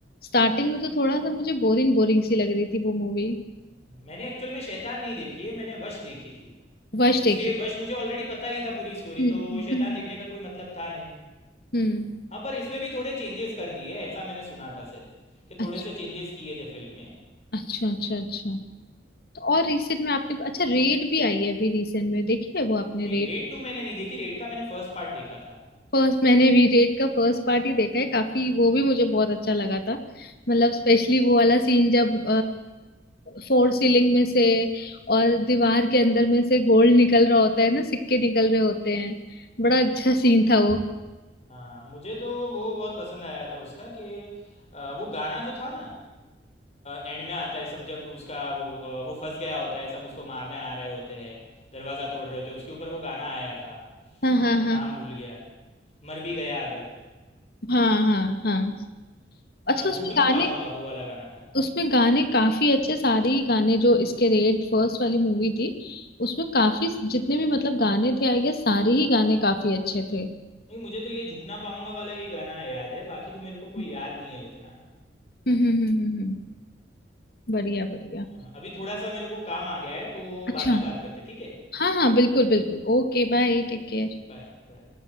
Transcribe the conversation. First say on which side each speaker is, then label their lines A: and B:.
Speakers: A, on the left; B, on the left.
A: स्टार्टिंग में तो थोड़ा सा मुझे बोरिंग बोरिंग सी लग रही थी वो मूवी
B: मैंने एक्चुअल में शैतान नहीं देखी है मैंने वश देखी थी
A: वश
B: इसलिए
A: देखी
B: वश मुझे ऑलरेडी पता ही था पूरी स्टोरी
A: हम्म
B: तो शैतान
A: हम्म
B: देखने का कोई मतलब था नहीं
A: हम्म।
B: हाँ पर इसमें भी थोड़े चेंजेस कर दिए ऐसा मैंने सुना था सिर्फ कि थोड़े
A: अच्छा
B: से चेंजेस किए थे फिल्म में
A: अच्छा अच्छा अच्छा तो और रिसेंट में आपने अच्छा रेड भी आई है अभी रिसेंट में देखी है वो आपने
B: नहीं
A: रेड
B: रेड टू मैंने नहीं देखी रेड का मैंने फर्स्ट पार्ट देखा था
A: फर्स्ट मैंने भी रेड का फर्स्ट पार्ट ही देखा है काफी वो भी मुझे बहुत अच्छा लगा था मतलब स्पेशली वो वाला सीन जब फोर सीलिंग में से और दीवार के अंदर में से गोल्ड निकल रहा होता है ना सिक्के निकल रहे होते हैं बड़ा अच्छा सीन था वो
B: हाँ मुझे तो वो बहुत पसंद आया था उसका कि आ, वो गाना जो था ना एंड में आता है सब जब उसका वो आ, वो फंस गया होता है सब उसको मारने आ रहे होते हैं दरवाज़ा तोड़ रहे होते हैं उसके ऊपर वो गाना आया था
A: हाँ हाँ
B: मैं
A: हाँ
B: नाम भूल गया मर भी गया अगर
A: हाँ हाँ हाँ अच्छा
B: आ,
A: उसमें
B: झुक ना
A: गाने
B: पाऊंगा वो वाला गाना था
A: उसमें गाने काफी अच्छे सारे ही गाने जो इसके रेड फर्स्ट वाली मूवी थी उसमें काफी जितने भी मतलब गाने थे आई गेस सारे ही गाने काफी अच्छे थे
B: नहीं मुझे तो ये झुकना पाऊंगा वाला ही गाना याद है बाकी तो मेरे को कोई
A: हम्म
B: याद नहीं है उतना
A: हम्म हम्म हम्म हम्म। बढ़िया बढ़िया
B: हाँ, अभी थोड़ा सा मेरे को काम आ गया है तो
A: अच्छा
B: बाद में बात करते ठीक है
A: हाँ हाँ बिल्कुल बिल्कुल ओके Bye take care
B: Bye bye